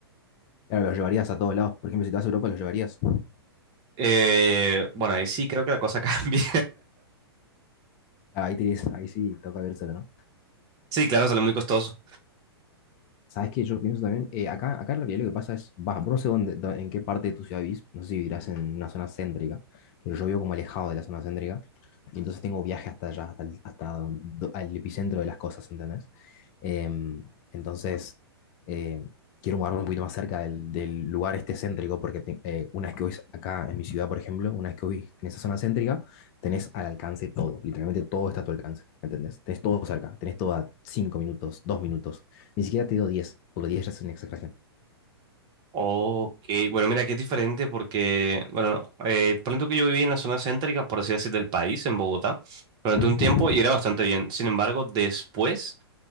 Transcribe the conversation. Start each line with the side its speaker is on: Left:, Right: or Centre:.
Left: Claro, los llevarías a todos lados. Por ejemplo, si te vas a Europa, los llevarías.
Right: Eh, bueno, ahí sí creo que la cosa <laughs> cambia.
Left: Ah, Ahí, tienes, ahí sí, toca ver solo, ¿no?
Right: Sí, claro, sale muy costoso.
Left: Sabes que yo pienso también, eh, acá, acá en realidad lo que pasa es, vas, vos no sé dónde, dó- en qué parte de tu ciudad vivís, no sé si vivirás en una zona céntrica, pero yo vivo como alejado de la zona céntrica, y entonces tengo viaje hasta allá, hasta el, hasta do- al epicentro de las cosas, ¿entendés? Em, entonces, eh, quiero mudarme un poquito más cerca del, del lugar este céntrico, porque te- eh, una vez que vivís acá en mi ciudad, por ejemplo, una vez que vivís en esa zona céntrica, tenés al alcance todo, literalmente todo está a tu alcance, ¿entendés? Tenés todo cerca, tenés todo a 5 minutos, 2 minutos. Ni siquiera te digo 10 porque 10 ya es una exageración.
Right: Ok, bueno, mira, aquí es diferente porque, bueno, eh, ponle tú que yo viví en la zona céntrica, por así decir, del país, en Bogotá, durante
Left: Mm.
Right: un tiempo y era bastante bien. Sin embargo, después...